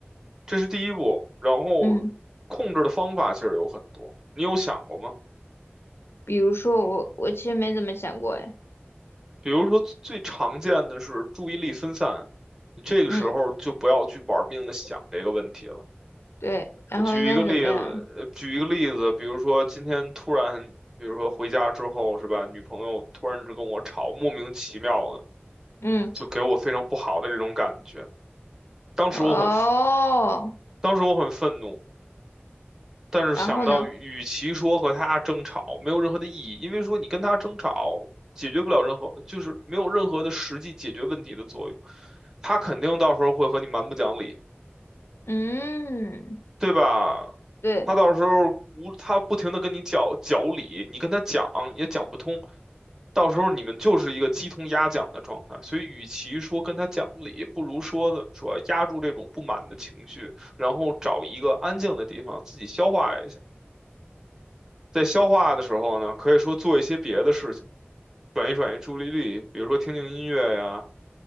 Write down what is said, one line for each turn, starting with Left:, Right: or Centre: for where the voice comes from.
Right: 这是第一步。然后，
Left: 嗯，
Right: 控制的方法其实有很多，你有想过吗？
Left: 比如说我我其实没怎么想过哎，
Right: 比如说最常见的是注意力分散，你这个时候就不要去玩命的想这个问题了。
Left: 嗯对，然后应该怎么样？
Right: 我举一个例子，呃举一个例子，比如说今天突然，比如说回家之后是吧，女朋友突然就跟我吵，莫名其妙的，
Left: 嗯
Right: 就给我非常不好的这种感觉。当时我很，
Left: 哦，
Right: 当时我很愤怒，但是想到与其说和他争吵，
Left: 然后呢？
Right: 没有任何的意义，因为说你跟他争吵解决不了任何，就是没有任何的实际解决问题的作用。他肯定到时候会和你蛮不讲理，
Left: 嗯，
Right: 对吧？
Left: 对，
Right: 他到时候无他不停的跟你讲讲理，你跟他讲也讲不通，到时候你们就是一个鸡同鸭讲的状态。所以，与其说跟他讲理，不如说怎么说，压住这种不满的情绪，然后找一个安静的地方自己消化一下。在消化的时候呢，可以说做一些别的事情，转移转移注意力，比如说听听音乐呀，